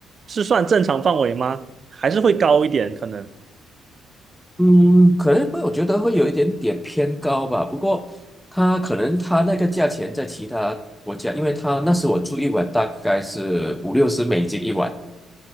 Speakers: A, on the right (about 45°); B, in the centre.
A: 是算正常范围吗？还是会高一点可能？
B: 嗯，可能会，我觉得会有一点点偏高吧。不过，它可能它那个价钱在其他国家，因为它那时我住一晚大概是五六十美金一晚。